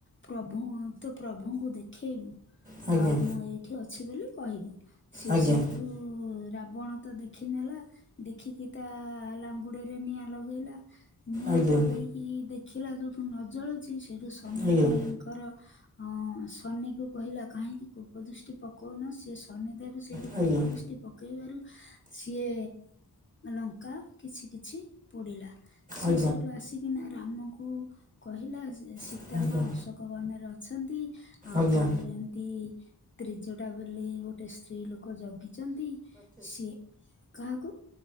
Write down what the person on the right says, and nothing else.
ଆଜ୍ଞା
ଆଜ୍ଞା
ଆଜ୍ଞା
ଆଜ୍ଞା
ଆଜ୍ଞା
ଆଜ୍ଞା
ଆଜ୍ଞା
ଆଜ୍ଞା
ଆଜ୍ଞା
ଆଜ୍ଞା